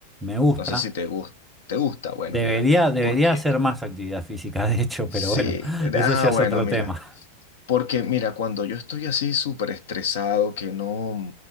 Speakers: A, in the centre; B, on the left.
A: Me gusta.
B: No sé si te gusta. ¿Te gusta? Bueno,
A: Debería,
B: mira.
A: debería
B: Porque
A: hacer más actividad física, de hecho, pero
B: sí.
A: bueno,
B: eh,
A: eso
B: Ah,
A: ya
B: bueno,
A: es otro
B: mira.
A: tema.
B: Porque mira, cuando yo estoy así súper estresado, que no,